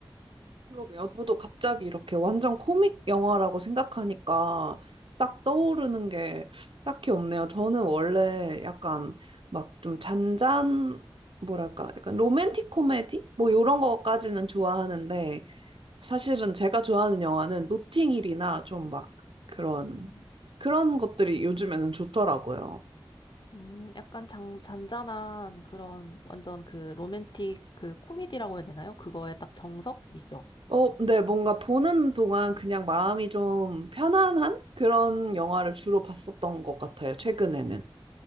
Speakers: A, on the right; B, on the left.
A: 그러게요. 저도 갑자기 이렇게 완전 코믹 영화라고 생각하니까 딱 떠오르는 게 딱히 없네요. 저는 원래 약간 막 좀 잔잔, 뭐랄까, 약간 로맨틱 코미디? 뭐 이런 거까지는 좋아하는데, 사실은 제가 좋아하는 영화는 노팅힐이나 좀 막 그런
B: 음.
A: 그런 것들이 요즘에는 좋더라고요.
B: 음, 약간 잔, 잔잔한 그런 완전 그 로맨틱 그 코미디라고 해야 되나요? 그거에 딱 정석이죠.
A: 어, 근데 뭔가 보는 동안 그냥 마음이 좀 편안한 그런 영화를 주로 봤었던 것 같아요, 최근에는.